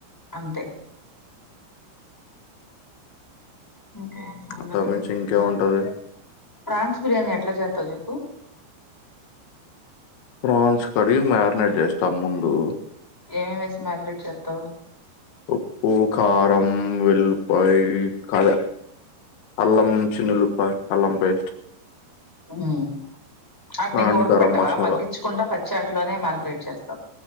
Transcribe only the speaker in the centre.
అంతే ఇంకేం సంగతి
ప్రాన్స్ బిర్యానీ ఎట్ల చెత్తవు చెప్పు
ఏమేమి వేసి మ్యాగ్నేట్ చెత్తవ్
మ్మ్ అట్నే
ఇంక ఉడక
పెట్టవా
మగ్గించకుండా పచ్చి అట్లనే మ్యాగ్రేట్ చేస్తా